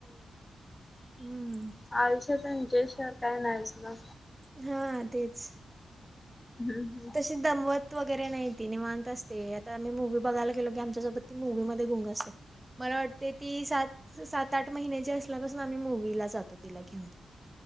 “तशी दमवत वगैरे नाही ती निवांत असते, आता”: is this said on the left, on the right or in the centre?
Right